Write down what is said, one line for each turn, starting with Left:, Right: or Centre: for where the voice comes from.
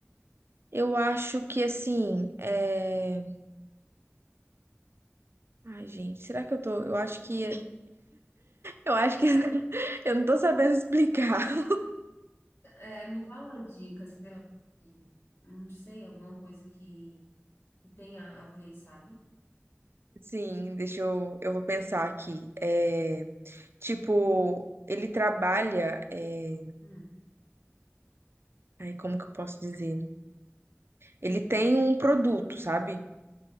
Right: Eu acho que assim, é... Ai, gente, será que eu tô? Eu acho que eu acho que <laughs> eu não tô sabendo explicar. <laughs>
Left: É, me dá uma dica, sei lá, que- não sei, alguma coisa que, que tenha a ver, sabe?
Right: Sim, deixa eu, eu vou pensar aqui. É, tipo, ele trabalha é,
Left: Hum,
Right: Aí, como que eu posso dizer? Ele tem um produto, sabe?